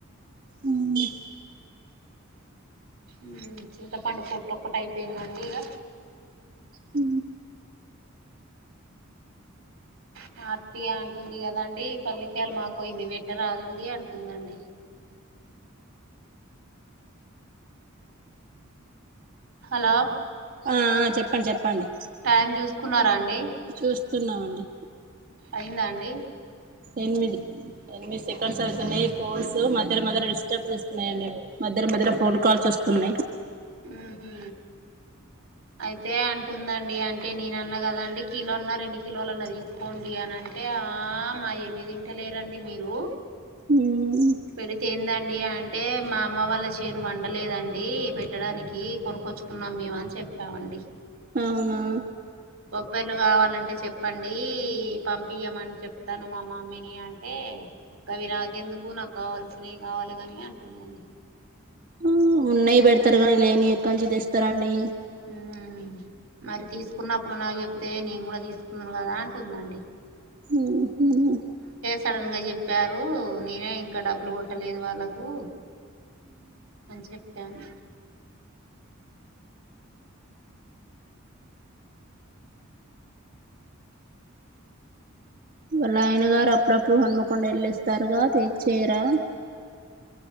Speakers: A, on the right (about 45°); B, on the right (about 80°).
A: ఊహ్
B: ఊమ్ చింతపండు పొట్టు ఒక్కటి అయిపోయిందండి ఇగ
A: ఊ
B: మా అత్తియ అంటుంది గద అండి, పల్లికాయలు మాకూ ఇన్ని వెట్టరాదుండి అంటుందండి. హలో
A: ఆ చెప్పన్ చెప్పండి
B: టైం చూసుకున్నారా అండి
A: చూస్తున్నా అండి
B: అయిందా అండి
A: ఎన్మిది ఎన్మి సెకండ్స్ అవుతున్నయ్ ఫోన్స్ మద్ ధర మధర డిస్టర్బ్ చేస్తున్నాయండి మధ్ధర మధర ఫోన్ కాల్స్ ఒస్తున్నయ్
B: ఊహూ అయితే అన్ టుందండి అంటే నేనన్న గదా అండి కీలోన్నర్ రెండు కిలోలన్న తీసుకోండి అని అంటే, ఆ మాయ్ ఎన్నిదింటలేరండి మీరూ.
A: మ్
B: పెడితే ఎందండి అన్ ఏ మా అమ్మ వాళ్ళ చేను వండలేదండీ పెట్టడానికీ, కొనుక్కొచ్చుకున్నాం మేము అని చెప్పామండి.
A: అవునా
B: బొబ్బర్లు గావాలంటే చెప్పండీ, పంపియమని చెప్తాను మా మమ్మీని అంటే. గవి నాకెందుకు నాకు కావాల్సినవి కావాలె గానీ అంటుందండి
A: ఊ ఉన్నాయి పెడతారు గానీ లేని ఎక్క నుంచి తెస్తరండి
B: ఊమ్ మరి తీసుకున్నప్పుడు నాకు చెపితే, నేను గూడా తీసుకుందును ఖదా అంటుందండి.
A: ఊహు
B: సడన్గ చెప్పారూ, నేనే ఇంకా డబ్బులు కొట్టలేదు వాళ్ళకూ. అని చెప్పాను
A: వాళ్ళ ఆయన గారు అప్పుడప్పుడు హన్మకొండ ఎళ్ళొస్తారుగా తెచ్చేయరా.